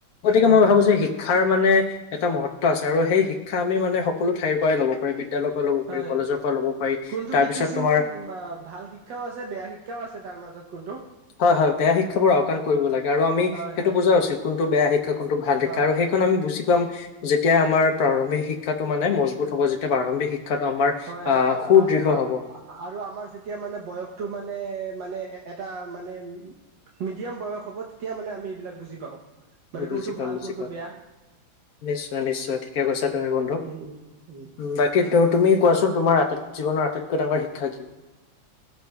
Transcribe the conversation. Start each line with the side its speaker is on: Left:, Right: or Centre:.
Left: গতিকে
Right: হয়
Left: মই
Right: হয়
Left: ভাবো
Right: হয়
Left: যে শি শিক্ষাৰ মানে এটা মহত্ব আছে আৰু সেই শিক্ষা আমি মানে সকলো ঠাইৰ পৰাই ল'ব বিদ্যালয়ৰ পৰা ল'ব পাৰি,
Right: হয়
Left: কলেজৰ পৰা ল'ব পাৰি।
Right: কোনটো
Left: তাৰপিছত
Right: কি কিছুমান
Left: তোমাৰ
Right: বা ভাল শিক্ষাও আছে, বেয়া শিক্ষাও আছে তাৰ মাজত কোনটো।
Left: হয়', হয়', বেয়া শিক্ষাবোৰ আওকাণ কৰিব লাগে আৰু আমি
Right: হয়
Left: সেইটো
Right: হয়
Left: বুজা উচিত কোনটো বেয়া শিক্ষা শিক্ষা কোনটো ভাল শিক্ষা
Right: হয়
Left: আৰু
Right: হয়
Left: সেইকন আমি বুজি পাম। যেতিয়া আমাৰ প্ৰাৰম্ভিক শিক্ষাটো মানে মজবুত হ'ব, যেতিয়া প্ৰাৰম্ভিক শিক্ষাটো আমাৰ
Right: হয়', আ'-
Left: আহ সুদৃঢ়
Right: আ'- আমি
Left: হ'ব
Right: আৰু আমাৰ যেতিয়া মানে বয়সতটো মানে- মানে এটা মানে মিডিয়াম বয়স হ'ব তেতিয়া মানে আমি এইবিলাক পাওঁ। মানে
Left: বুজি
Right: কোনটো
Left: পাম
Right: ভাল
Left: বুজি
Right: কোনটো
Left: পাম
Right: বেয়া।
Left: নিশ্চয়- নিশ্চয় ঠিকে কৈছা তুমি বন্ধু,
Right: উম উম উম
Left: বা কি তুমি কোৱাচোন তুমাৰ আটাইতকৈ জীৱনৰ আটাইতকৈ ডাঙৰ শিক্ষা কি?